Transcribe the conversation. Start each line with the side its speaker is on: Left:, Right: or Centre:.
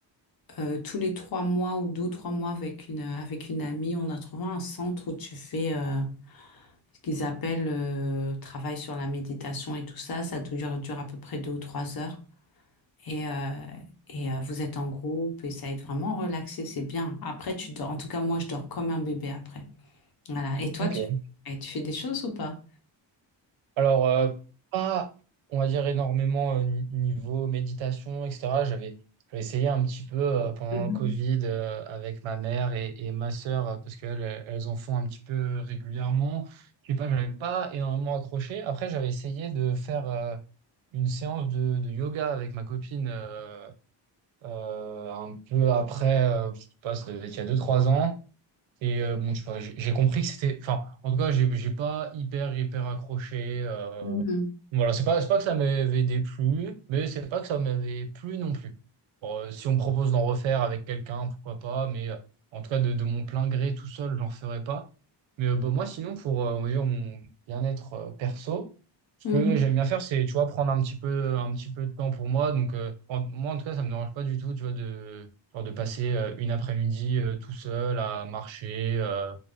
Left: Euh, tous les trois mois ou deux, trois mois avec une, avec une amie, on a trouvé un centre où tu fais euh, ce qu'ils appellent euh, travail sur la méditation et tout ça. Ça dure, dure à peu près deux ou trois heures. Et, euh, et euh, vous êtes en groupe et ça aide vraiment à relaxer c'est bien. Après, tu dors. En tout cas, moi, je dors comme un bébé après. Voilà. Et toi,
Right: Ok.
Left: tu, et tu fais des choses ou pas?
Right: Alors, euh, pas, on va dire, énormément euh, ni- niveau méditation, etc. J'avais j'avais essayé un petit peu euh, pendant
Left: Mhm.
Right: le Covid euh, avec ma mère et, et ma sœur, euh, parce qu'elles elles en font un petit peu régulièrement. Je sais pas, j'avais pas énormément accroché. Après, j'avais essayé de faire euh, une séance de, de yoga avec ma copine euh, euh, un peu après, euh, je sais pas, ça devait être il y a deux trois ans. Et euh, bon, je sais pas, j'ai j'ai compris que c'était. Enfin, en tout cas, j'ai j'ai pas hyper, hyper accroché. euh.
Left: Mhm.
Right: Voilà, c'est pas, c'est pas que ça m'avait déplu, mais c'est pas que ça m'avait plu non plus. Bon, euh, si on me propose d'en refaire avec quelqu'un, pourquoi pas, mais euh, en tout cas, de, de mon plein gré tout seul, j'en ferai pas. Mais euh, bah, moi, sinon, pour euh, on va dire, mon bien-être euh, perso, ce
Left: Mhm.
Right: que j'aime bien faire, c'est, tu vois, prendre un petit peu, un petit peu de temps pour moi. Donc, euh, en- moi, en tout cas, ça me dérange pas du tout, tu vois, de, genre de passer euh, une après-midi euh, tout seul à marcher, euh,